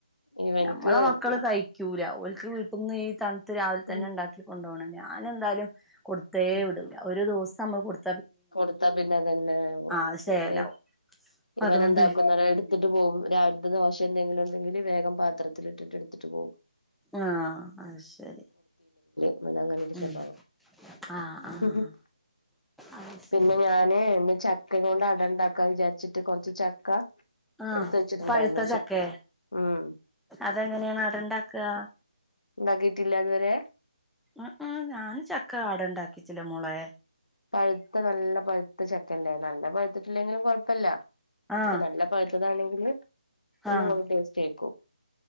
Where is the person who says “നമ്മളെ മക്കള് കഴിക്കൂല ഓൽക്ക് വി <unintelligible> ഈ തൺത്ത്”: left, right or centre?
Centre